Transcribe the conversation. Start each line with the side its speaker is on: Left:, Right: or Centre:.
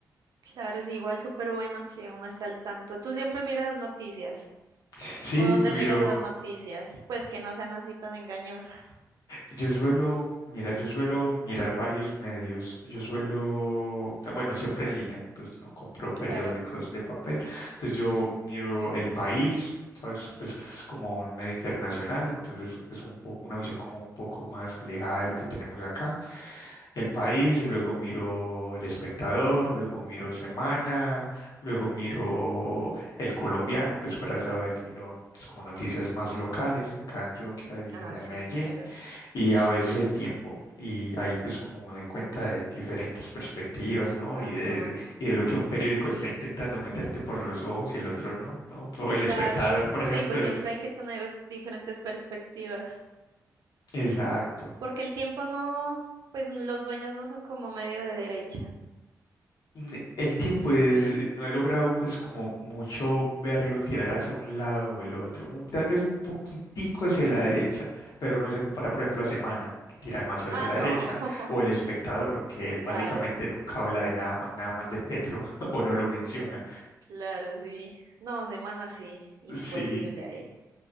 Right: claro, sí, igual súper bueno que uno esté al tanto. Tú siempre miras noticias,
Left: <laughs> Sí,
Right: o dónde
Left: miro
Right: miras las noticias, pues que no sean así tan engañosas.
Left: Yo suelo, mira, yo suelo mirar varios medios. Yo suelo, bueno, siempre en línea, pues no compro periódicos
Right: Claro.
Left: de papel. Entonces yo miro El País, ¿sabes? Pues es como un medio internacional, entonces es un poco una visión como un poco más alejada de lo que tenemos acá. El País, luego miro El Espectador, luego miro Semana, luego miro El Colombiano, pues para saber lo, pues, como noticias más locales acá de Antioquia y de
Right: Ah, sí,
Left: Medellín
Right: claro.
Left: y a veces el tiempo. Y ahí pues como me doy cuenta de diferentes perspectivas, ¿no?
Right: Ah,
Left: Y de,
Right: no.
Left: y de lo que un periódico está intentando meterte por los ojos y el otro no, ¿no? Por
Right: Claro,
Left: El espectador, por
Right: sí,
Left: ejemplo,
Right: pues
Left: es...
Right: siempre hay que tener diferentes perspectivas,
Left: Exacto.
Right: porque el tiempo no, pues los dueños no son como medio de derecha.
Left: N- El tiempo es, no he logrado pues como mucho verlo tirar hacia un lado o el otro, un- tal vez un poquitico hacia la derecha, pero no
Right: Ujú.
Left: se compara por ejemplo a Semana, que tira demasiado
Right: Ah,
Left: hacia la
Right: no,
Left: derecha,
Right: <laughs>
Left: o El Espectador, que
Right: claro,
Left: básicamente nunca habla de nada, ma- nada mal de Petro <laughs> o no lo menciona.
Right: claro, sí. No, semana sí, imposible
Left: Sí,
Right: ahí.